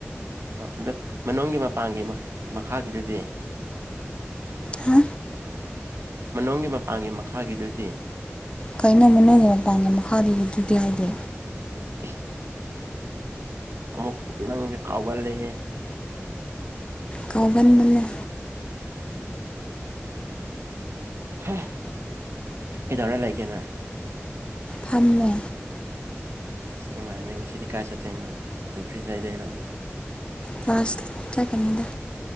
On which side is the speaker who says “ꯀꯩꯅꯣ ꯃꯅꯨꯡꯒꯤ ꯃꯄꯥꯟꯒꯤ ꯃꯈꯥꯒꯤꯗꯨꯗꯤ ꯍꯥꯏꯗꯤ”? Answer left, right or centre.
Left